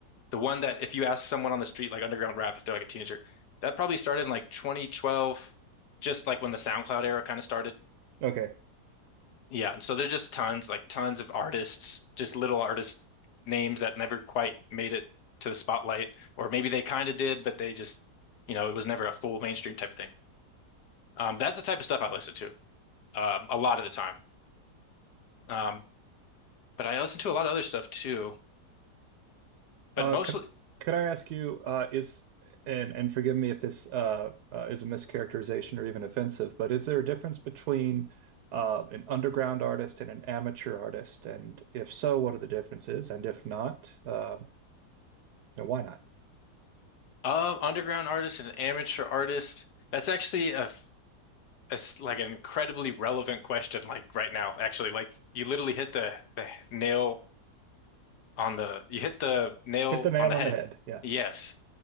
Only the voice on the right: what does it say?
Okay.
Uh,
could could I ask you, uh, is and and forgive me if this uh, uh is a mischaracterization or even offensive, but is there a difference between uh an underground artist and an amateur artist? And if so, what are the differences? And if not, um, you know, why not?
Hit the nail
on
the head. Yeah.